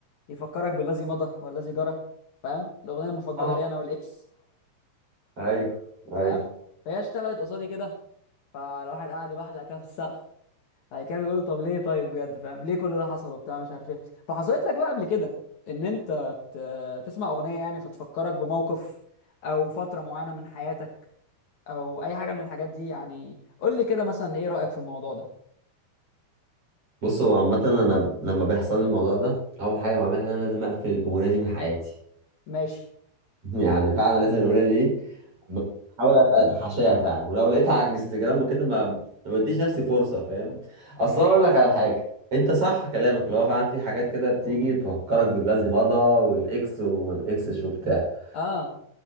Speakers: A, on the left (about 55°); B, on the right (about 35°).
A: يفكرك بالذي مضى والذي جرى فاهم الاغنيه المفضله
B: آه.
A: لي انا والاكس
B: ايوه ايوه
A: فاهم فهي اشتغلت قصادي كده فالواحد قاعد يبحلق كده في السقف بعد كده بيقول طب ليه طيب بجد فاهم ليه كل ده حصل وبتاع مش عارف ايه فحصلت لك بقى قبل كده ان انت ت- تسمع اغنيه يعني فتفكرك بموقف او فتره معينه من حياتك او اي حاجه من الحاجات دي يعني قول لي كده مثلا ايه رايك في الموضوع ده
B: بص هو عامة انا لما بيحصل لي الموضوع ده اول حاجة بعملها ان انا لازم اقفل الاغنية دي من حياتي
A: ماشي
B: <laughs> يعني فعلا لازم الاغنية دي بحاول ابقى اتحاشاها فعلا ولو لقيتها على انستجرام وكده ما ما بديش نفسي فرصة فاهم اصلا اقول لك على حاجة انت صح كلامك اللي هو فعلا في حاجات كده بتيجي تفكرك بالذي مضى والاكس وما الاكسش وبتاع
A: <laughs> اه